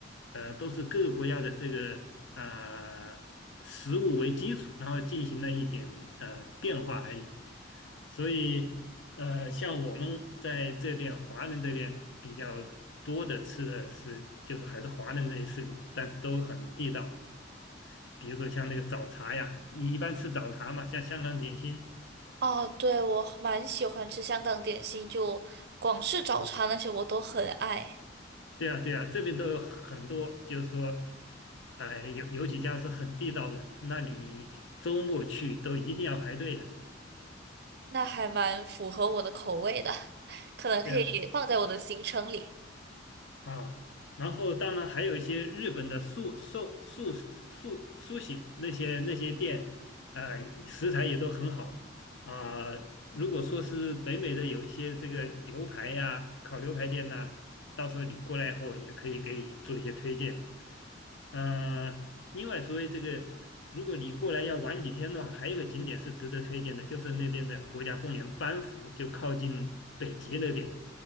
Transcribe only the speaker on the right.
哦，对，我蛮喜欢吃香港点心，就广式早餐那些我都很爱，
那还蛮符合我的口味的，<laughs> 可能可以放在我的行程里。